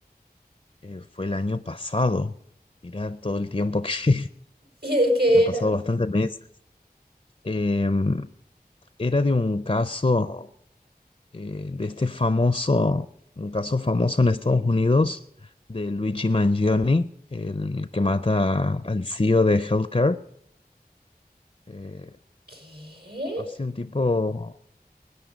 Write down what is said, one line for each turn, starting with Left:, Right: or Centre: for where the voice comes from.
Left: eh, fue el año pasado. Mira todo el tiempo que <laughs>
Right: <laughs> ¿Y de qué
Left: han pasado
Right: era?
Left: bastantes meses. Eh, era de un caso eh, de este famoso, un caso famoso en Estados Unidos de Luigi Mangione, el que mata al CEO de Healthcare. Eh,
Right: ¿Qué?
Left: ha sido un tipo